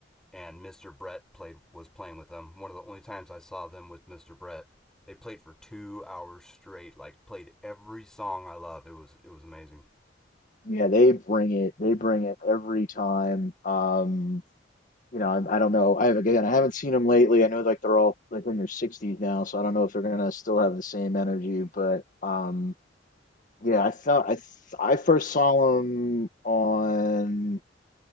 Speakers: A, in the centre; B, on the left.
A: and Mr. Brett played was playing with them. One of the only times I saw them with Mr. Brett. They played for two hours straight. Like played every song I love. It was it was amazing.
B: yeah, they bring it. They bring it every time. Um, you know, I, I don't know. I again, I haven't seen them lately. I know like they're all like in their 60s now, so I don't know if they're gonna still have the same energy. But um, yeah, I thought I th I first saw them on.